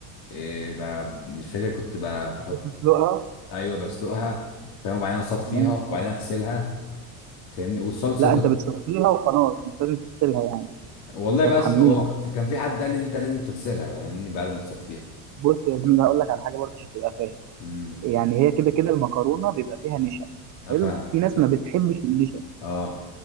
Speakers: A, on the left; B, on the right.
A: آه، ب- مش فاكر كنت ب- بحط
B: بتسلقها
A: أيوه بسلقها فاهم وبعدين أصفيها
B: تمام
A: وبعدين أغسلها فاهمني والصلصة
B: لا
A: كنت
B: انت بتسلقيها وخلاص مش لازم تغسلها يعني
A: والله
B: مش
A: بس
B: هتحميها
A: هو ك- كان في حد قال لي أنت لازم تغسلها فاهمني بعد ما تصفيها
B: بص يا زميلي هقول لك على حاجه برضه عشان تبقى فاهم
A: امم
B: يعني هي كده كده المكرونه بيبقى فيها نشا
A: أنا
B: حلو
A: فاهم
B: في ناس
A: فاهم
B: ما بتحبش النشا
A: أه